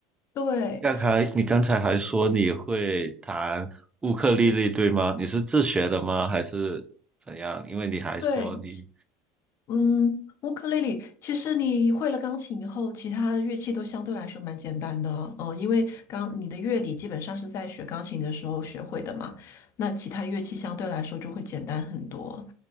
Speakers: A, on the left; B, on the right.
A: 对
B: 刚才你刚才还说你会弹乌克丽丽，对吗？你是自学的吗？还是怎样？因为你还说你
A: 对，嗯，乌克丽丽，其实你会了钢琴以后，其他乐器都相对来说蛮简单的，嗯，因为刚你的乐理基本上是在学钢琴的时候学会的嘛，那其他乐器相对来说就会简单很多。